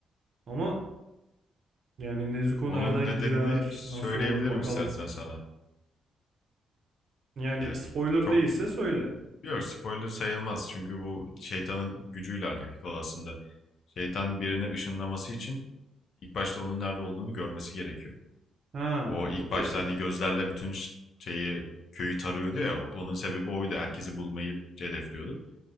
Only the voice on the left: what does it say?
Onun
nedenini
söyleyebilirim
istersen sana.
Yani
çok
yok spoiler sayılmaz çünkü bu şeytanın gücüyle alakalı aslında. Şeytan birini ışınlaması için ilk başta onun nerede olduğunu görmesi gerekiyor.
O ilk
başta hani gözlerle bütün ş- şeyi köyü tarıyordu ya onun sebebi oydu. Herkesi bulmayı hedefliyordu.